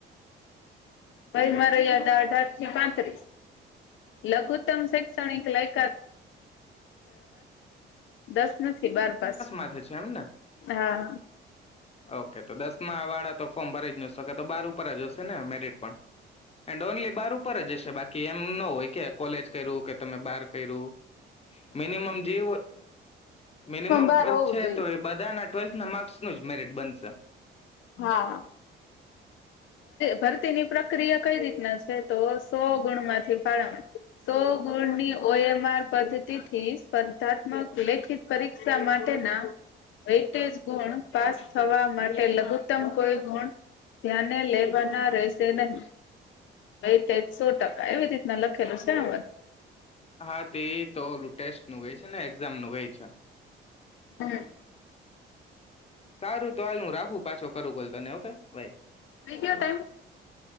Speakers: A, on the left (about 75°); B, on the left (about 30°).
A: ભાઈ વય મર્યાદા છે અઢાર થી પાંત્રીસ લઘુતમ શૈક્ષણિક લાયકાત દસ નથી બાર પાસ
B: માથે છે એમ ને
A: હા.
B: ઓકે, તો દસમા વાળા તો ફોર્મ ભરી જ ન શકે તો બાર ઉપર જશે ને મેરિટ પણ એન્ડ ઓનલી બાર ઉપર જસ્ટ બાકી એમ ન હોય કે કોલેજ કર્યું કે તમે બાર કર્યું. મિનિમમ જે હોય, મિનિમમ
A: બાર
B: ટવે
A: હોવું
B: છે
A: જોઈએ
B: તો એ બધા ટ્વેલ્થ ના માર્ક્સ મેરિટ બનશે.
A: હા. ભરતીની પ્રક્રિયા કઈ રીતના છે, તો સો ગુણમાંથી ફળ સો ગુણની ઓએમ આર પદ્ધતિથી સ્પર્ધાત્મક લેખિત પરીક્ષા માટેના વટેજ ગુણ પાસ થવા માટે લઘુત્તમ કોઈ ગુણ ધ્યાન ને લેવાના રહેશે નહી. ભાઈ સો ટકા એવી રીતના લખેલું છે. આમાતો
B: હા, તે તો ઓલું ટેસ્ટનું ગઈ છે ને એક્ઝામ નું ગઈ છે.
A: હમ.
B: સારું તો હાલનું રાખું પાછો કરું બલ તને ઓકે ભાઈ.
A: થઈ ગયો ટાઈમ